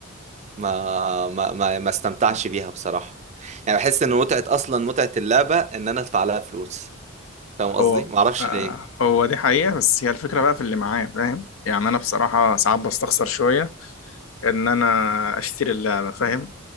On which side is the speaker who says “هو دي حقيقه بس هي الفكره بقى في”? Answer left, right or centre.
Left